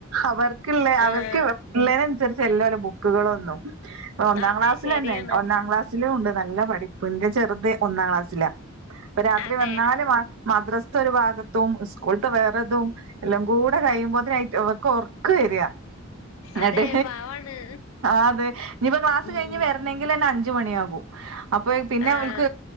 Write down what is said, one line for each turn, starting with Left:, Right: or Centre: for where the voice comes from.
Right: അവർക്കുള്ള അവർക്ക്
Left: ആഹ്
Right: പിളളര് അനൂസരിച് അലഎല്ലാ ബുക്കുകളൊന്നും ഒന്നാം
Left: അതെ
Right: ക്ലാസ്സൽ
Left: ശരിയാണ്
Right: തന്നെ ഉണ്ട് ഒന്നാം ക്ലാസ് തിലും ഉണ്ട് നല്ല പഠിപ്പുന്റെ ചെറുത് ഒന്നാം ക്ലാസ്സില അപ്പൊ രാത്രി
Left: അതെ
Right: വന്നാല് മദ്രാസത്തെ ഒരു ഭാഗത്തും സ്കൂളത്തെ വേറതും എല്ലാം കൂടെ കഴിയുമ്പോതിനായിട്ട് അവർക്ക് ഒർ ക്ക വര്യ എന്നട്ടത്
Left: അതെ പാവാണ്
Right: അത് എനി ഇപോൾ ക്ലാസ്
Left: ഉം
Right: കഴിഞ്ഞ് വരുന്ന കിൽ ത്തന്നെ അഞ്ചു മണിയാവും അപ്പോൾ പിന്നെ
Left: ആഹ്
Right: ഇവൾക്